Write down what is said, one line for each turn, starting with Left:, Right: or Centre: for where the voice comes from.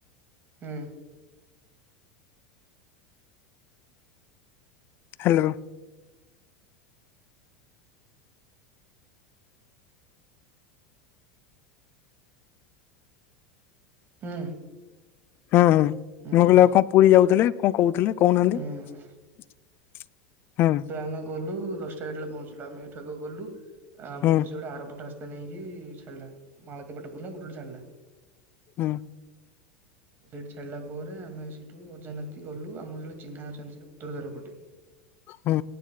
Right: ହୁଁ।
Left: ହ୍ୟାଲୋ।
Right: ହୁଁ।
Left: ହୁଁ ହୁଁ ମୁଁ
Right: ହୁଁ
Left: କହିଲି ଆଉ କଣ ପୁରୀ ଯାଉଥିଲେ କଣ କହୁଥିଲେ କହୁନାହାନ୍ତି।
Right: ହୁଁ
Left: ହୁଁ
Right: ତ ଆମେ ଗଲୁ ଦଶଟା ଏଗାର ବେଳେ ପହଞ୍ଚିଲୁ। ଆମେ ଏଇଠାକୁ ଗଲୁ ଆ ଆମକୁ
Left: ହୁଁ
Right: ସେ ଗୋଟେ ଆରପଟ ରାସ୍ତା ନେଇକି ଛାଡିଲା। ମାଳତୀ ପଟ ପୂର୍ ନା ଗୋଟେ ଗୋଟେ ଛାଡିଲା।
Left: ହୁଁ
Right: ସେଇଠି ଛାଡିଲା ପରେ ଆମେ ସେଇଠୁ ଅଜା ନାତି ଗଲୁ। ଆମର ଜଣେ ଚିହ୍ନା ଅଛନ୍ତି ସେଠି ଉତ୍ତର ଦ୍ୱାର ପଟେ।
Left: ହୁଁ